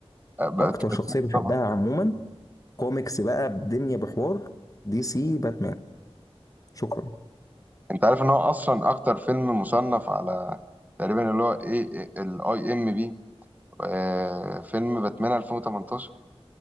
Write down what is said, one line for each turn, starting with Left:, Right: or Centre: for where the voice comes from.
Right: آه، بات-
Left: اكتر
Right: باتمان
Left: شخصيه بحبها
Right: طبعا
Left: عموما كوميكس بقى بدنيا بحوار دي سي باتمان شكرا
Right: انت عارف ان هو اصلا اكتر فيلم مصنف على تقريبا اللي هو ايه الاي ام بي آه، فيلم باتمان 2018